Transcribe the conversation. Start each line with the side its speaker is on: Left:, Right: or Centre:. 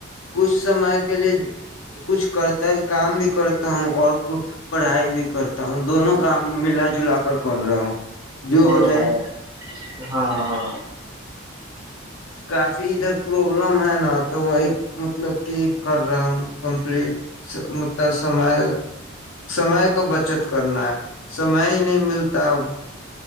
Left: کچھ سمے کے لیے کچھ کرتا کام بھی کرتا ہوں اور پڑھائی بھی کرتا ہوں۔ دونوں کام ملا جلا کر کر رہا ہوں۔ جو
Right: <inaudible>
Left: ہو جائے
Right: ہاں ہاں
Left: کافی ادھر پربلم ہے نا تو وہی مطلب کہ کر رہا ہوں کمپلیٹ۔ <unintelligible> بچت کرنا ہے سمے ہی نہیں ملتا اب۔